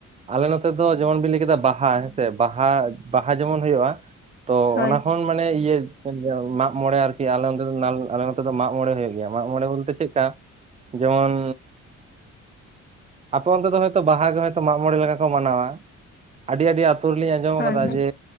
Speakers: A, on the right; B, on the left.
A: ᱟᱞᱮ ᱱᱚᱛᱮ ᱫᱚ ᱡᱮᱢᱚᱱ ᱵᱤᱱ ᱞᱟᱹᱭ ᱠᱮᱫᱟ ᱵᱟᱦᱟ ᱦᱮᱸᱥᱮ ᱵᱟᱦᱟ ᱵᱟᱦᱟ ᱡᱮᱢᱚᱱ ᱦᱩᱭᱩᱜᱼᱟ ᱛᱚ
B: ᱦᱳᱭ
A: ᱚᱱᱟ ᱠᱷᱚᱱ ᱢᱟᱱᱮ ᱤᱭᱟᱹ ᱤᱭᱟᱹ ᱢᱟᱜᱽ ᱢᱚᱬᱮ ᱟᱨᱠᱤ ᱟᱞᱮ ᱱᱚᱛᱮ ᱫᱚ ᱱᱟ ᱟᱞᱮ ᱱᱚᱛᱮ ᱫᱚ ᱢᱟᱜ ᱢᱚᱬᱮ ᱦᱩᱭᱩᱜ ᱜᱮᱭᱟ᱾ ᱢᱟᱜᱽ ᱢᱚᱬᱮ ᱵᱚᱞᱛᱮ ᱪᱮᱫ ᱞᱮᱠᱟ? ᱡᱮᱢᱚᱱ ᱟᱯᱮ ᱚᱱᱛᱮ ᱫᱚ ᱦᱚᱭ ᱛᱚ ᱵᱟᱦᱟ ᱜᱮ ᱦᱳᱭᱛᱳ ᱢᱟᱜ ᱢᱚᱬᱮ ᱞᱮᱠᱟ ᱠᱚ ᱢᱟᱱᱟᱣᱟ᱾ ᱟᱹᱰᱤ ᱟᱹᱰᱤ ᱟᱹᱛᱩ ᱨᱮᱞᱤᱧ ᱟᱸᱡᱚᱢ
B: ᱦᱳᱭ
A: ᱠᱟᱫᱟ
B: ᱦᱳᱭ
A: ᱡᱮ